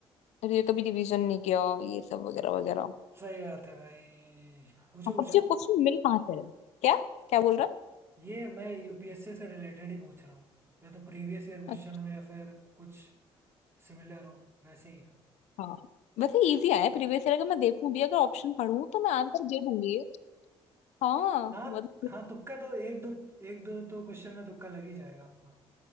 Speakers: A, on the left (about 75°); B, on the right (about 20°).
A: रि- कभी रिवीजन नहीं किया ये सब वगैरह वगैरह
B: सही बात है भाई पूछो
A: हाँ
B: पूछो
A: पर तुझे क्वेश्चन मिल कहाँ से रहे क्या क्या बोल रहा
B: ये मैं यूपीएससी से रिलेटेड ही पूछ रहा हूँ या तो प्रीवियस ईयर क्वेश्चन
A: है
B: हो या फिर कुछ सिमिलर हो वैसे ही है
A: अच्छा वैसे इजी आया प्रीवियस ईयर अगर मैं देखूं भी अगर ऑप्शन पढ़ूं तो मैं आंसर दे दूंगी ये। हाँ
B: हाँ
A: मतलब
B: हाँ तुक्का तो एक दो एक दो तो क्वेश्चन में तुक्का लग ही जाएगा आपका